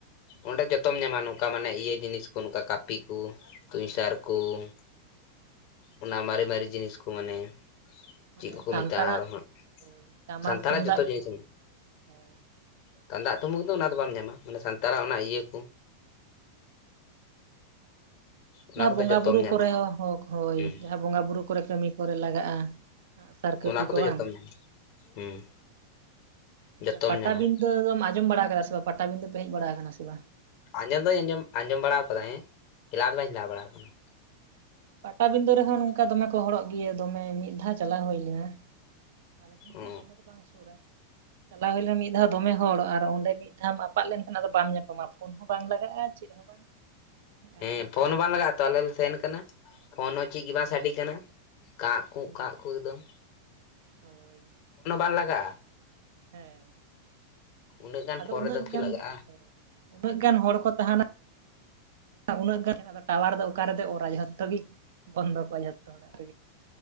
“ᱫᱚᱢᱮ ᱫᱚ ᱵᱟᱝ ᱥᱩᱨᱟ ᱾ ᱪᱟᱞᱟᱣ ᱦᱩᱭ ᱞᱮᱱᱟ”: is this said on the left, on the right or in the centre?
Right